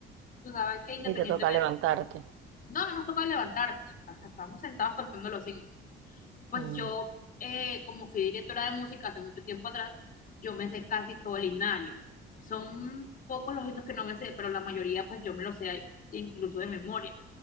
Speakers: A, on the left; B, on the right.
A: Tú sabes que independientemente,
B: Y te toca levantarte.
A: no, no nos toca levantarnos, o sea, estábamos sentados contando los signos. Pues
B: Mm.
A: yo, eh, como fui directora de música hace mucho tiempo atrás, yo me sé casi todo el himnario. Son pocos los himnos que no me sé, pero la mayoría pues yo me los sé incluso de memoria.